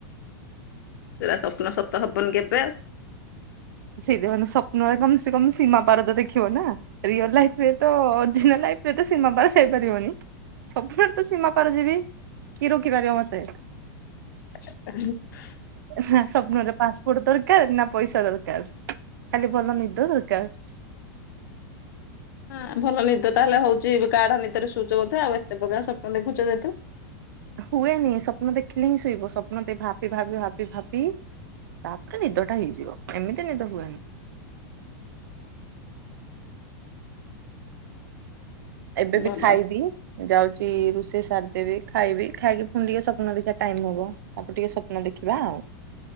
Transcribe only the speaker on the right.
ଶୀଧେମାନ ସ୍ୱପ୍ନରେ କମ୍ ସେ କମ୍ ସୀମା ପାରଦ ଦେଖିବ ନା ରିଅଲ ଲାଇଫରେ ତ ଅରିଜିନାଲ ଲାଇଫ। ଏ ତ ସୀମା ପାସ୍ ହେଇପାରିବନି ସ୍ବପ୍ନରେ ତ ସୀମା ପାର ଯିବି କି ରୋକିପାରିବ ମତେ।
ହେଁ ସ୍ୱପ୍ନରେ ପାସପୋର୍ଟ ଦରକାର ନା ପଇସା ଦରକାର୍ ଖାଲି ଭଲ ନିଦ ଦରକାର୍।
ହୁଏନି ସ୍ୱପ୍ନ ଦେଖିଲେ ହିଁ ଶୋଇବ ସ୍ୱପ୍ନ ଦେଇ ଭାବି ଭାବି ଭାବି ଭାବି ତାପରେ ନିଦ ଟା ହେଇଯିବ ଏମିତି ନିଦ ହୁଏନି। ଏବେ ବି
ଖାଇବି। ଯାଉଚି ରୋଷେଇ ସାରିଦେବି ଖାଇବି ଖାଇକି ପୁଣି ଟିକେ ସ୍ୱପ୍ନ ଦେଖିବା ଟାଇମ୍ ହବ। ତାପରେ ଟିକେ ସ୍ୱପ୍ନ ଦେଖିବା ଆଉ।